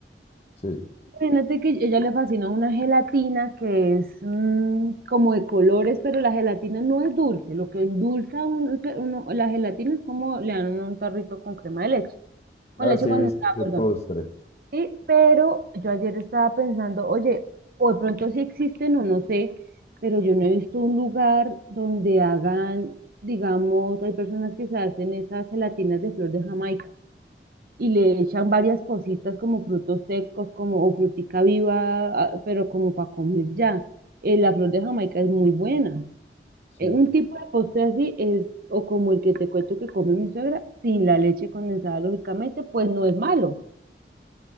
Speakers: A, on the left (about 35°); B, on the right (about 55°).
A: Sí.
B: Imagínate que ella le fascina una gelatina que es mm, como de colores, pero la gelatina no es dulce. Lo que endulza un, uno- la gelatina es como le dan un tarrito con crema de leche, con
A: Ah,
B: leche
A: sí,
B: condensada,
A: viste ese
B: perdón.
A: postre.
B: Sí, pero yo ayer estaba pensando, oye, o de pronto sí existen o no sé, pero yo no he visto un lugar donde hagan, digamos, hay personas que se hacen esas gelatinas de flor de Jamaica y le echan varias cositas como frutos secos, como o frutica viva, ah, pero como para comer ya. Eh, la flor de Jamaica es muy buena.
A: Sí.
B: Eh, un tipo de postre así es, o como el que te cuento que come mi suegra, sin la leche condensada, lógicamente, pues no es malo.